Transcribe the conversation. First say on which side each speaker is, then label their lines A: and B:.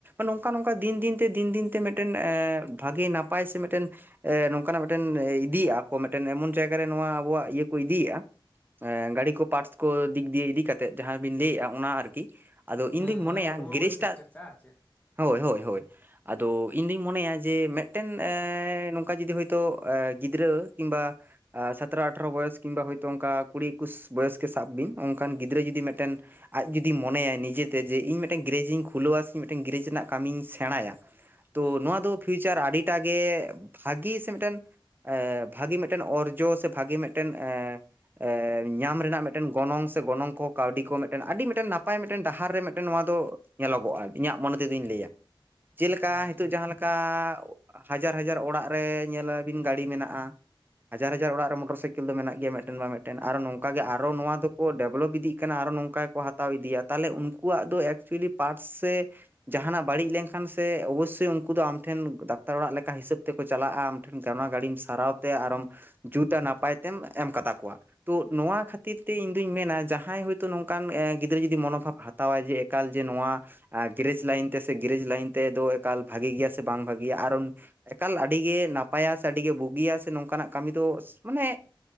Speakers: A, on the right; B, on the left.
A: ᱱᱚᱝᱠᱟ ᱱᱚᱝᱠᱟ ᱫᱤᱱ ᱫᱤᱱᱛᱮ ᱫᱤᱱ ᱫᱤᱱᱛᱮ ᱢᱤᱴᱮᱱ ᱮ ᱵᱷᱟᱜᱤ ᱱᱟᱯᱟᱭ ᱥᱮ ᱢᱤᱴᱮᱱ ᱮ ᱱᱚᱝᱠᱟᱱᱟᱜ ᱢᱤᱴᱮᱱ ᱮ ᱤᱛ ᱫᱤᱭ ᱟ-ᱠᱚ ᱢᱤᱴᱮᱱ ᱮᱢᱚᱱ ᱡᱟᱭᱜᱟ ᱨᱮ ᱱᱚᱣᱟ ᱟᱵᱚᱣᱟᱜ ᱤᱭᱟᱹ ᱠᱚ ᱤᱫᱤᱭᱮ-ᱟ ᱮᱸ ᱜᱟᱹᱲᱤ ᱠᱚ ᱯᱟᱴᱥ ᱠᱚ ᱫᱤᱠ ᱫᱤᱭᱮ ᱤᱫᱤ ᱠᱟᱛᱮᱫ ᱡᱟᱦᱟᱸ ᱵᱤᱱ ᱞᱟᱹᱭᱮᱫ-ᱟ ᱚᱱᱟ ᱟᱨᱠᱤ, ᱾ ᱟᱫᱚ ᱤᱧ
B: ᱦᱩᱸ
A: ᱫᱩᱧ
B: ᱢᱟᱱᱮ
A: ᱢᱚᱱᱮᱭᱟ
B: ᱚᱴᱳᱢᱳᱵᱟᱭᱤᱞ
A: ᱜᱮᱨᱮᱥ
B: ᱥᱮᱠᱴᱟᱨ
A: ᱴᱟᱜ᱾
B: ᱴᱟ ᱟᱨ ᱪᱮᱫ
A: ᱦᱳᱭ ᱦᱳᱭ ᱦᱳᱭ᱾ ᱟᱫᱚ ᱤᱧ ᱫᱩᱧ ᱢᱚᱱᱮᱭᱟ ᱡᱮ ᱢᱮᱫᱴᱮᱱ ᱮ ᱱᱚᱝᱠᱟ ᱡᱩᱫᱤ ᱦᱳᱭᱛᱳ ᱮ ᱜᱤᱫᱽᱨᱟᱹ ᱠᱤᱢᱵᱟ ᱟ ᱥᱟᱛᱨᱚ ᱟᱴᱷᱨᱚ ᱵᱚᱭᱚᱥ ᱠᱤᱢᱵᱟ ᱦᱳᱭᱛᱳ ᱚᱝᱠᱟ ᱠᱩᱲᱤ ᱤᱠᱩᱥ ᱵᱚᱭᱮᱥ ᱜᱮ ᱥᱟᱵ ᱵᱤᱱ ᱚᱝᱠᱟᱱ ᱜᱤᱫᱽᱨᱟᱹ ᱡᱩᱫᱤ ᱢᱮᱫᱴᱮᱱ ᱟᱡᱷ ᱡᱩᱫᱤ ᱢᱚᱱᱮᱭᱟᱭ ᱱᱤᱡᱮᱛᱮ ᱡᱮ ᱤᱧ ᱢᱮᱴᱮᱱ ᱜᱮᱨᱮᱡᱤᱧ ᱠᱷᱩᱞᱟᱹᱣᱟ ᱥᱮ ᱢᱤᱫᱴᱮᱱ ᱜᱮᱨᱮᱡᱽ ᱨᱮᱱᱟᱜ ᱠᱟᱹᱢᱤᱧ ᱥᱮᱸᱬᱟᱭᱟ᱾ ᱛᱚ
B: ᱦᱩᱸ
A: ᱱᱚᱣᱟ ᱫᱚ ᱯᱷᱤᱭᱩᱪᱟᱨ ᱟᱹᱰᱤᱴᱟ ᱜᱮ ᱵᱷᱟᱜᱮ ᱥᱮ ᱢᱤᱫᱴᱮᱱ ᱮ ᱵᱷᱟᱹᱜᱤ ᱢᱮᱫᱴᱮᱱ ᱚᱨᱡᱚ ᱥᱮ ᱵᱷᱟᱹᱜᱮ ᱢᱮᱫᱴᱮᱱ ᱮ ᱮ ᱧᱟᱢ ᱨᱮᱱᱟᱜ ᱢᱤᱫᱴᱮᱱ ᱜᱚᱱᱚᱝ ᱥᱮ ᱜᱚᱱᱚᱝ ᱠᱚ ᱠᱟᱹᱣᱰᱤ ᱠᱚ ᱢᱮᱜᱴᱮᱱ ᱟᱹᱰᱤ ᱢᱤᱴᱮᱱ ᱱᱟᱯᱟᱭ ᱢᱮᱫᱴᱮᱱ ᱰᱟᱦᱟᱨ ᱨᱮ ᱢᱤᱫᱴᱮᱱ ᱱᱚᱣᱟ ᱫᱚ ᱧᱮᱞᱚᱜᱚᱜᱼᱟ ᱤᱧᱟᱹᱜ ᱢᱚᱱᱮ ᱛᱮᱫᱚᱧ ᱞᱟᱹᱭᱟ᱾ ᱪᱮᱞᱮᱠᱟ
B: ᱟᱪᱪᱷᱟ
A: ᱦᱤᱛᱚᱜ ᱡᱟᱦᱟᱸ ᱞᱮᱠᱟ ᱦᱟᱡᱟᱨ ᱦᱟᱡᱟᱨ ᱚᱲᱟᱜ ᱨᱮ ᱧᱮ ᱞᱟᱹᱵᱤᱱ ᱜᱟᱹᱲᱤ ᱢᱮᱱᱟᱜᱼᱟ᱾ ᱦᱟᱡᱟᱨ ᱦᱟᱡᱟᱨ ᱚᱲᱟᱜ ᱨᱮ ᱢᱚᱴᱚᱨ ᱥᱟᱭᱠᱮᱞ ᱫᱚ ᱢᱮᱱᱟᱜ ᱜᱮᱭᱟ ᱢᱮᱜᱴᱮᱱ ᱵᱟ ᱢᱮᱜᱴᱮᱱ ᱟᱨ ᱱᱚᱝᱠᱟ ᱜᱮ ᱟᱨᱚ ᱱᱚᱣᱟ ᱫᱚᱠᱚ ᱰᱮᱵᱷᱞᱚᱯ ᱤᱫᱤᱜ ᱠᱟᱱᱟ ᱟᱨᱚ ᱱᱚᱝᱠᱟ ᱜᱮᱠᱚ ᱦᱟᱛᱟᱣ ᱤᱫᱤᱭᱟ᱾ ᱛᱟᱦᱞᱮ ᱩᱱᱠᱩᱣᱟᱜ ᱫᱚ ᱮᱠᱪᱩᱭᱮᱞᱤ ᱯᱟᱴᱥ ᱥᱮ ᱡᱟᱦᱟᱱᱟᱜ ᱵᱟᱹᱲᱤᱡ ᱞᱮᱱ ᱠᱷᱟᱱ ᱥᱮ ᱚᱵᱚᱥᱥᱳᱭ ᱩᱱᱠᱩ ᱫᱚ ᱴᱷᱮᱱ ᱫᱟᱠᱛᱟᱨ ᱚᱲᱟᱜ ᱞᱮᱠᱟ ᱦᱤᱥᱟᱹᱵ ᱛᱮᱠᱚ ᱪᱟᱞᱟᱜᱼᱟ ᱟᱢ ᱴᱷᱮᱱ᱾ ᱛᱮ ᱚᱱᱟ ᱜᱟᱲᱤᱢ ᱥᱟᱨᱟᱣ ᱛᱮ ᱟᱨᱚᱢ ᱡᱩᱛᱟ ᱱᱟᱯᱟᱭ ᱛᱮᱢ ᱮᱢ ᱠᱟᱛᱟ ᱠᱚᱣᱟ᱾ ᱛᱚ ᱱᱚᱣᱟ ᱠᱷᱟᱛᱤᱨ ᱛᱮ ᱤᱧ ᱫᱩᱧ ᱢᱮᱱᱟ ᱡᱟᱦᱟᱸᱭ ᱦᱳᱭᱛᱳ ᱱᱚᱝᱠᱟᱱ ᱮ ᱜᱤᱫᱽᱨᱟᱹ ᱡᱩᱫᱤ ᱢᱚᱱᱳᱵᱷᱟᱵ ᱦᱟᱛᱟᱣᱟᱭ ᱡᱮ ᱮᱠᱟᱞ ᱡᱮ ᱱᱚᱣᱟ ᱟ ᱜᱮᱨᱮᱡᱽ ᱞᱟᱭᱤᱱ ᱛᱮ ᱥᱮ ᱜᱮᱨᱮᱡᱽ ᱞᱟᱭᱤᱱ ᱛᱮᱫᱚ ᱮᱠᱟᱞ ᱵᱷᱟᱜᱤ ᱜᱮᱭᱟ ᱥᱮ ᱵᱟᱝ ᱵᱷᱟᱜᱤᱭᱟ ᱟᱨᱚ ᱮᱠᱟᱞ ᱟᱹᱰᱤᱜᱮ ᱱᱟᱯᱟᱭᱟ ᱥᱮ ᱟᱹᱰᱤᱜᱮ ᱵᱩᱜᱤᱭᱟ ᱥᱮ ᱱᱚᱝᱠᱟᱱᱟᱜ ᱠᱟᱹᱢᱤ ᱫᱚ ᱢᱟᱱᱮ